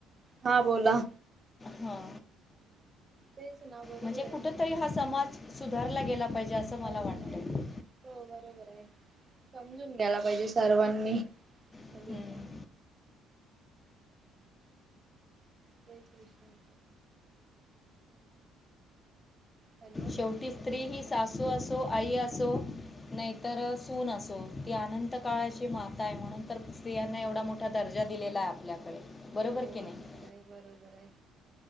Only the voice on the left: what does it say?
हां
म्हणजे
कुठतरी हा समाज सुधारला गेला पाहिजे असं मला
वाटतंय.
हं, हं.
शेवटी स्त्री ही सासू असो आई असो नाहीतर सून असो ती अनंत काळाची माता आहे म्हणून तर स्त्रियांना एवढा मोठा दर्जा दिलेला आहे आपल्याकडे बरोबर
की
नाही